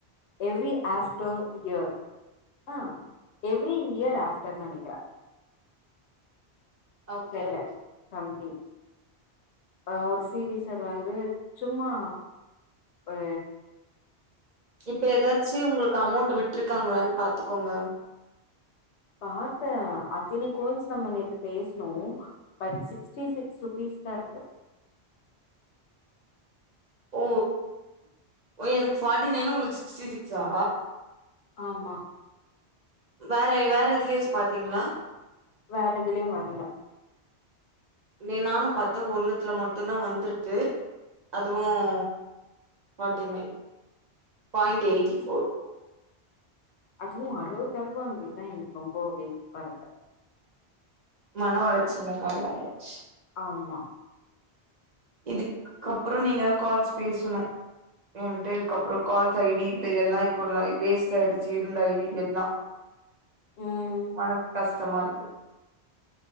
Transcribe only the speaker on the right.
ஓகே
ஓகே
இப்ப ஏதாச்சும் உங்களுக்கு அமௌண்ட் விட்டுருக்காங்களான்னு பாத்துக்கோங்க
ஓ ஓ எனக்கு பார்ட்டி நைன்னு உங்களுக்கு சிக்ஸ்டி சிக்ஸா
வேற வேற எதுலயாச்சும் பாத்தீங்களா
நீ நானும் பாத்து ஒன்னுத்துல மட்டும்தான் வந்திருக்கு அதுவும் forty nine point eighty four
மனோ ஒழச்சல்னால ஆயிச்
இதுக்கப்புறம் நீங்கதான் கால்ஸ் பேசனும் ம் போய் இதுக் அப்புறோம் கால் ஐ டி இல்ல எல்லாம் இப்போ வேஸ்ட் ஆயிடுச்சு இருந்த ஐ டி எல்லாம்
உனக் கஷ் டமா இருக்கு